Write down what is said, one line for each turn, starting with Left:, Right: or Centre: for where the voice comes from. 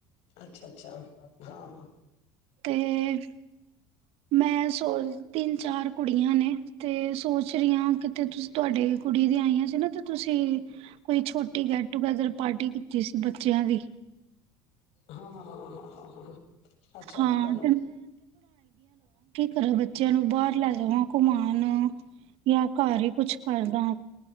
Left: ਅੱਛਾ -ਅੱਛਾ, ਹਾਂ।
Right: ਤੇ, ਮੈਂ ਸੋ ਤਿੰਨ ਚਾਰ ਕੁੜੀਆਂ ਨੇ, ਤੇ ਸੋਚ ਰਹੀ ਹਾਂ ਕਿਤੇ ਤੁਸੀਂ ਤੁਹਾਡੇ ਕੁੜੀ ਦੀ ਆਈਆਂ ਸੀ ਨਾ ਤੇ ਤੁਸੀਂ- ਕੋਈ ਛੋਟੀ ਗੈਟ ਟੂਗੇੈਦਰ ਪਾਰਟੀ ਕੀਤੀ ਸੀ। ਬੱਚਿਆਂ ਦੀ
Left: ਹਾਂਾਂ ਅੱਛਾ
Right: ਹਾਂ
Left: ਤੇ ਤੁਹਾਨੂੰ
Right: ਘੋ ਬੱਚਿਆਂ ਨੂੰ ਬਾਹਰ ਲੈ ਜਾਵਾਂ ਘੁਮਾ- ਜਾਂ ਘਰ ਹੀ ਕੁਛ ਕਰਦਾ ਹਾ